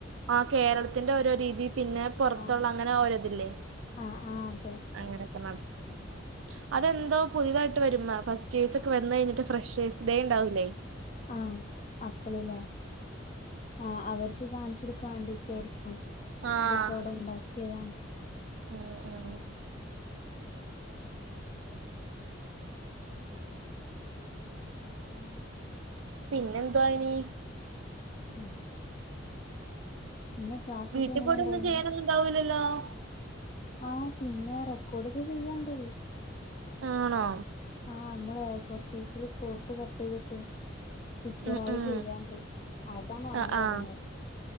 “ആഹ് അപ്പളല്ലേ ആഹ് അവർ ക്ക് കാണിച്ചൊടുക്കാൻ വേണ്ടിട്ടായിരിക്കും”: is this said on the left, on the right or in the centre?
Left